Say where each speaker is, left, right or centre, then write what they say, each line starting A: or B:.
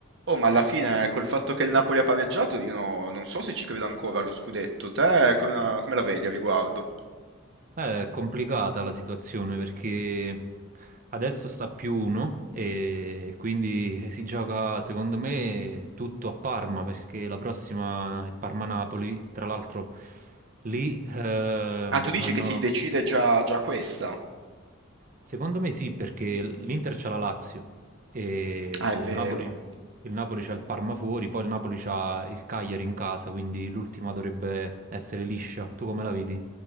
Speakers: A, on the right (about 60°); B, on the right (about 40°).
A: Oh, ma alla fine, col fatto che il Napoli ha pareggiato, io no- non so se ci credo ancora allo scudetto. Te come, come la vedi a riguardo?
B: Eh, È complicata la situazione perché adesso sta più uno e quindi si gioca secondo me tutto a Parma perché la prossima è Parma-Napoli. Tra l'altro lì ehm,
A: Ah, tu dici
B: hanno...
A: che si decide già, già questa?
B: Secondo me sì perché l'Inter c'ha la Lazio e
A: Ah,
B: il
A: è vero.
B: Napoli, il Napoli c'ha il Parma fuori, poi il Napoli c'ha il Cagliari in casa, quindi l'ultima dovrebbe essere liscia. Tu come la vedi?